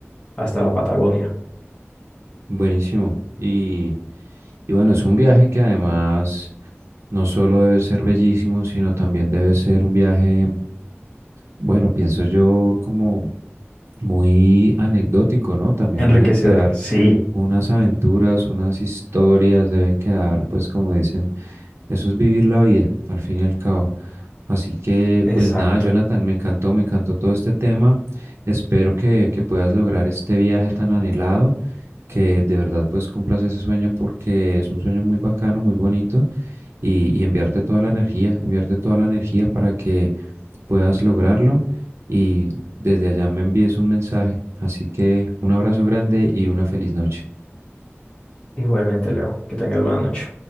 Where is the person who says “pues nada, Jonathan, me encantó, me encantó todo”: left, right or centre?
Right